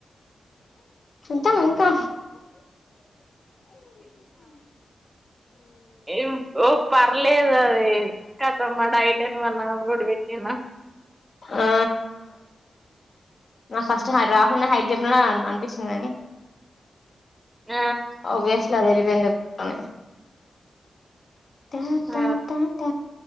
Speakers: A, on the left; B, on the right.
A: చూద్దాం ఇంకా
B: ఎం ఓ పర్లేదు అది కతమ్ <unintelligible> డైట్ అని మళ నోడ్ బేనా <unintelligible>
A: ఆ నాకు ఫస్ట్ రాహుల్ హైట్ చెప్పిన అనిపిస్తుందని
B: ఆ
A: అబ్వియస్లీ అదిరిపొయ్యింది అని చెప్పాలి ట
B: ఆ
A: ట ట ట